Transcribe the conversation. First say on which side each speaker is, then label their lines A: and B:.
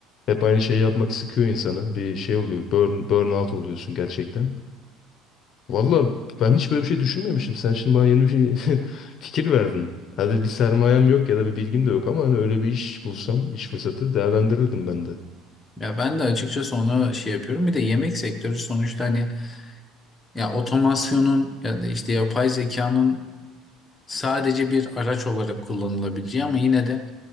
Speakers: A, on the left; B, on the left.
A: hep aynı şeyi yapmak sıkıyor insanı. Bir şey oluyor. Burn, burnout oluyorsun gerçekten. Valla ben hiç böyle bir şey düşünmemişim. Sen şimdi bana yeni bir şey <laughs> fikir verdin. Hadi bir sermayem yok ya da bir bilgim de yok ama hani öyle bir iş bulsam, iş fırsatı değerlendirirdim ben de.
B: ya ben de açıkçası onu şey yapıyorum. Bir de yemek sektörü sonuçta hani ya otomasyonun ya da işte yapay zekanın sadece bir araç olarak kullanılabileceği ama yine de